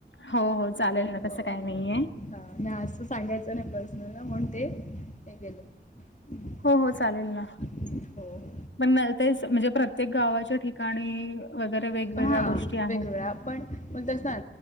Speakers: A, on the left; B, on the left.
A: हो हो चालेल ना
B: हो
A: तसं काही
B: हो
A: नाहीये
B: हा ना आस सांगायचं नाही पर्सनलला म्हणून ते केलं हं,
A: हो हो चालेल ना.
B: हो.
A: पण तेच म्हणजे प्रत्येक गावाच्या ठिकाणी वगैरे वेगवेगळ्या
B: हां
A: गोष्टी आहेत.
B: वेगवेगळा पण पण तस ना